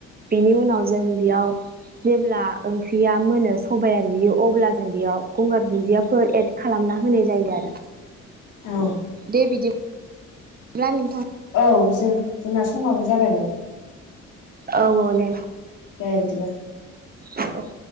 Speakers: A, on the right (about 30°); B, on the left (about 75°).
A: बेनि उनाव जों बेयाव जेब्ला ओंख्रिया मोनो सबाया रुयो अब्ला जों बेयाव गंगार दुन्दियाफोर एद खालामना होनाय जायोआरो
B: औ
A: दे बिदि ब्ला नोंथां
B: औ जों जोंना समाबो जाबायमोन
A: औ औ दे
B: दे बिदिबा
A: औ